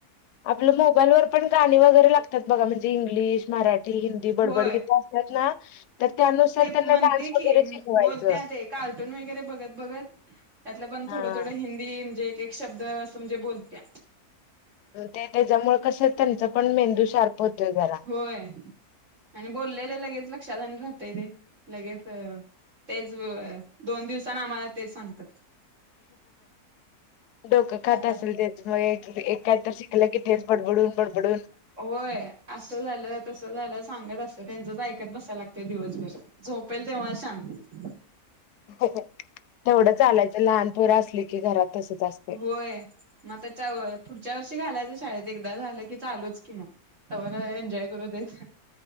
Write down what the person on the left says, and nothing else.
आपलं मोबाईलवर पण गाणी वगैरे लागतात बघा म्हणजे इंग्लिश मराठी हिंदी. बडबडगीत
म्हणतेतं ना तर त्यानुसार
त्यांना
डान्स
वगैरे शिकवायचं.
हा
ते त्याच्यामुळे कस त्यांच पण मेंदू शार्प होतोय जरा
डोकं खात
असेल ते. मग एक काहीत शिकलं की तेच बडबडून बडबडून
तेवढं चालायचं लहान पोर असली की घरात तसच असतय.